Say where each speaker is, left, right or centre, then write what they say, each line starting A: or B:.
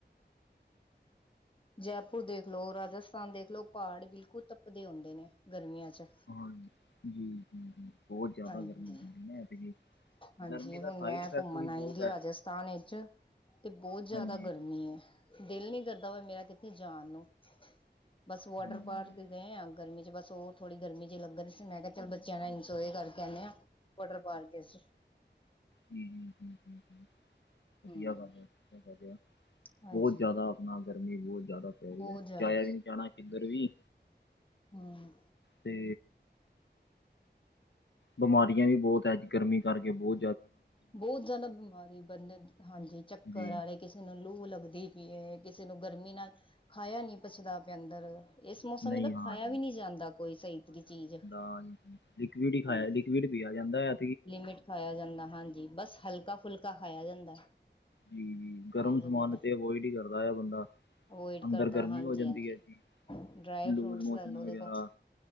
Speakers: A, on the left; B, on the left.
A: ਜੈਪੁਰ ਦੇਖ ਲੋ, ਰਾਜਸਥਾਨ ਦੇਖ ਲੋ ਪਾੜ ਬਿਲਕੁੱਲ ਤੱਪਦੇ ਹੁੰਦੇ ਨੇ ਗਰਮੀਆਂ ਚ।
B: ਹਾਂਜੀ ਜੀ ਜੀ ਜੀ ਬੋ ਜਦਾ
A: ਹਾਂਜੀ
B: ਗਰਮੀ ਪੈਰੀ ਨਾ ਐਤਕੀ।
A: ਹਾਂਜੀ
B: ਗਰਮੀ ਦਾ
A: ਹੁਣ
B: ਸਾਈਡ
A: ਮੈਂ
B: ਇਫੈਕਟ
A: ਘੁੰਮਣ
B: ਵੀ ਬਹੁਤ
A: ਆਈਦੀ
B: ਹੈ।
A: ਰਾਜਸਥਾਨ ਵਿੱਚ। ਤੇ ਬੋਤ ਜਾਦਾ
B: ਹਾਂਜੀ,
A: ਗਰਮੀ ਏ। ਦਿਲ ਨੀ ਕਰਦਾ ਵਾ ਮੇਰਾ ਕਿੱਥੇ ਜਾਣ ਨੂੰ, ਬਸ ਵੋਟਰ
B: ਹਾਂਜੀ,
A: ਪਾਰ
B: ਹਾਂਜੀ।
A: <unintelligible> ਗਏ ਆ ਗਰਮੀ ਚ ਬਸ ਓ ਥੋੜੀ ਗਰਮੀ ਚ ਲੱਗਣ ਸੀ ਮੈਂ ਕਿਆ ਚੱਲ ਬੱਚਿਆਂ ਨਾਲ ਇਨਜੋਅ <unintelligible> ਕਰ ਕੈਨੇ ਆ ਵਾਟਰ ਪਾਰਕ ਵਿੱਚ।
B: ਹੂੰ-ਹੂੰ-ਹੂੰ-ਹੂੰ-ਹੂੰ ਵਧੀਆ
A: ਹਮ
B: ਗੱਲ ਐ <unintelligible>
A: ਹਾਂਜੀ
B: ਬੋਤ ਜਾਦਾ ਆਪਣਾ ਗਰਮੀ ਬੋਤ ਜਾਦਾ ਪੈਰੀ
A: ਬਹੁਤ
B: ਐ
A: ਜ਼ਿਆਦਾ
B: ਜਾਇਆ ਵੀ ਨੀ ਜਾਣਾ ਕਿੱਧਰ ਵੀ।
A: ਹਮ
B: ਤੇ ਬਿਮਾਰੀਆਂ ਵੀ ਬੋਤ ਐ ਅੱਜ ਗਰਮੀ ਕਰਕੇ ਬੋ
A: ਬੋਤ ਜਾਦਾ ਬਿਮਾਰੀ ਬ ਹਾਂਜੀ ਚੱਕਰ
B: ਜੀ,
A: ਆਰੇ। ਕਿਸੇ ਨੂੰ ਲੂ ਲੱਗਦੀ ਪਈ ਏ, ਕਿਸੇ ਨੂੰ ਗਰਮੀ ਨਾਲ ਖਾਇਆ ਨੀ ਪਚਦਾ ਪਿਆ ਅੰਦਰ। ਇਸ ਮੌਸਮ
B: ਨਹੀਂ
A: ਤਾਂ
B: ਹਾਂ
A: ਖਾਇਆ ਵੀ ਨੀ ਜਾਂਦਾ ਕੋਈ ਸਈ ਤਰੀ ਚੀਜ਼।
B: ਹਾਂਜੀ, ਲਿਕਵੀਡ
A: ਹਾਂਜੀ
B: ਹੀ ਖਾਆ, ਲੀਕਵੀਡ ਪੀਆ ਜਾਂਦਾ ਏ।
A: ਲਿਮਿਟ ਖਾਇਆ ਜਾਂਦਾ ਹਾਂਜੀ, ਬਸ ਹਲਕਾ ਫੁਲਕਾ ਖਾਇਆ ਜਾਂਦਾ।
B: ਜੀ-ਜੀ,
A: ਖਾਇਆ
B: ਗਰਮ ਸਮਾਨ
A: ਜਾਂਦਾ ਤਾਂ
B: ਤੇ ਅਵੋਇਡ ਈ ਕਰਦਾ ਐ ਬੰਦਾ।
A: ਅਵੋਇਡ
B: ਅੰਦਰ
A: ਕਰਦਾ
B: ਗਰਮੀ
A: ਹਾਂਜੀ-ਹਾਂਜੀ,
B: ਹੋ ਜਾਂਦੀ ਹੈ ਜੀ।
A: ਡਰਾਈ ਫਰੂਟਸ
B: ਲੂਜ ਮੋਸ਼ਨ
A: ਲੈਲੋ ਦੇਖੋ।
B: ਵਗੈਰਾ